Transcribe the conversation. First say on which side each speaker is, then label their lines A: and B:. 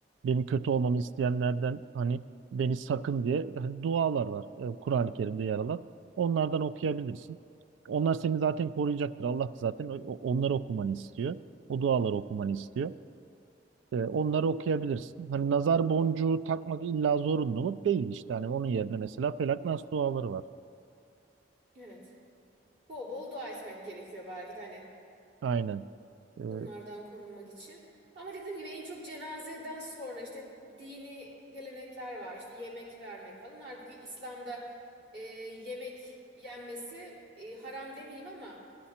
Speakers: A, on the right; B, on the right.
A: benim kötü olmamı isteyenlerden hani beni sakın diye hani dualar var. e, Kur'an-ı Kerim'de yer alan. Onlardan okuyabilirsin. Onlar seni zaten koruyacaktır. Allah da zaten o- onları okumanı istiyor. O duaları okumanı istiyor. E, onları okuyabilirsin. Hani nazar boncuğu takmak illa zorunlu mu? Değil işte. Hani onun yerine mesela Felak Nas duaları var.
B: Evet. Bol bol dua etmek gerekiyor belki de hani.
A: Aynen. E,
B: bunlardan korunmak için. Ama dediğim gibi en çok cenazeden sonra işte dini gelenekler var. İşte yemek vermek falan. Halbuki İslam'da e, yemek yenmesi e, haram demeyeyim ama